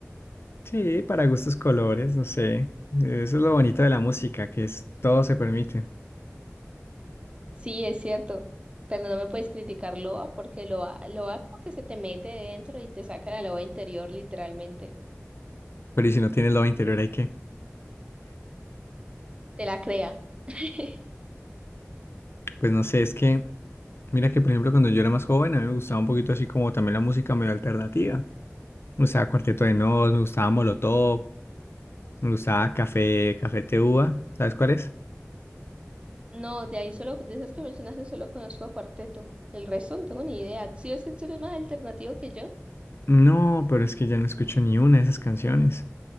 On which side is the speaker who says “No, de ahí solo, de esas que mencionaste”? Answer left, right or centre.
Right